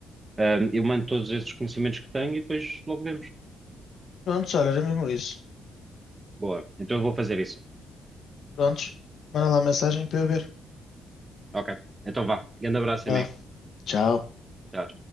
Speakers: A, on the right (about 20°); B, on the left (about 60°).
A: Ahm, eu mando todos esses conhecimentos que tenho e depois logo vemos.
B: Prontos, olha, era mesmo isso.
A: Boa, então eu vou fazer isso.
B: Prontos, manda lá a mensagem para eu ver.
A: Ok, então vá. Grande abraço,
B: Vai
A: amigo.
B: lá. Tchau.
A: Tchau.